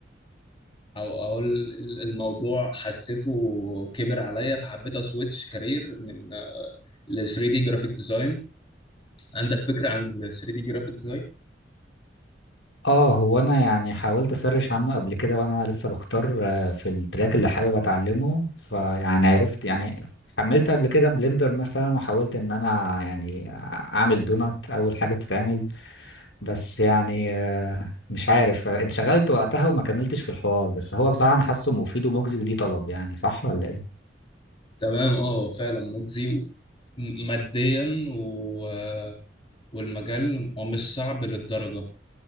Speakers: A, on the left; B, on the left.
A: او اقول الموضوع حسيته كبر عليا فحبيت اسويتش كارير من ل 3 دي جرافيك ديزاين عندك فكرة عن ال 3 دي جرافيك ديزاين
B: اه هو انا يعني حاولت اسرش عنه قبل كده وانا لسه بختار آه، في التراك اللي حابب اتعلمه فيعني عرفت يعني حملت قبل كده بلندر مثلا وحاولت ان انا يعني اعمل دونات اول حاجة بتتعمل بس يعني آه، مش عارف آه، انشغلت وقتها وما كملتش في الحوار بس هو بصراحة أنا حاسه مفيد ومجزي وليه طلب يعني صح ولا إيه؟
A: تمام اه هو فعلا مجزي و- م- ماديا و... والمجال هو مش صعب للدرجة